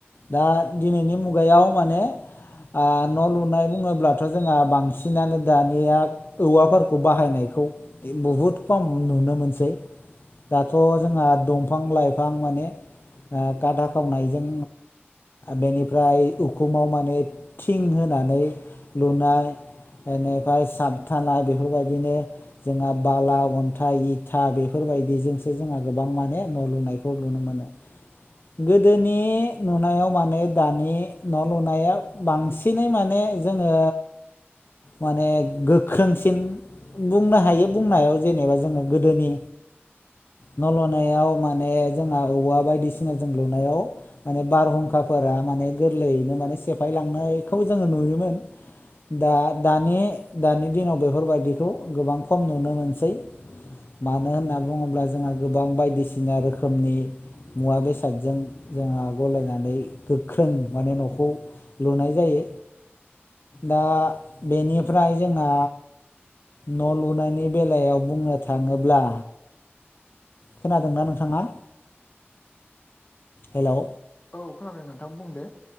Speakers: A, on the left; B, on the left.
A: दा दिनैनि मुगायाव माने आ न' लुनाय बुङोब्लाथ' जोंहा बां सिनानो दानिया औवाफोरखौ बाहायनायखौ इन बुहुद खम नुनो मोनसै। दाथ' जोंहा दंफां लाइफां माने ओ गादा खावनायजों बेनिफ्राय उखुमाव माने थिं होनानै लुनाय इनिफ्राय साबथानाय बेफोरबायदिनो जोंहा बाला अन्थाइ इथा बेफोरबायदिजोंसो जोंहा गोबां माने न' लुनाय खौ नुनो मोनो। गोदोनि नुनायाव माने दानि न' लुनाया बांसिनै माने जोङो माने गोख्रोंसिन बुंनो हायो बुंनायाव जेनेबा जोङो गोदोनि न' लुनायाव माने जोंहा औवा बायदिसिना जों लानायाव, माने बारहुंखाफोरा माने गोरलैयैनो माने सेफायलांनायखौबो जोङो नुयोमोन। दा दानि दानि दिनाव बेफोरबायदिखौ गोबां खम नुनो मोनसै। मानो होनना बुङोब्ला जोंहा गोबां बायदिसिना रोखोमनि मुवा बेसादजों जोंआ गलायनानै गोख्रों माने न'खौ लुनाय जायो दा बेनिफ्राय जोंहा न' लुनायनि बेलायाव बुंनो थाङोब्ला, खोनादोंना नोंथाङा हेलौ।
B: औ खोनादों नोंथां बुं दे।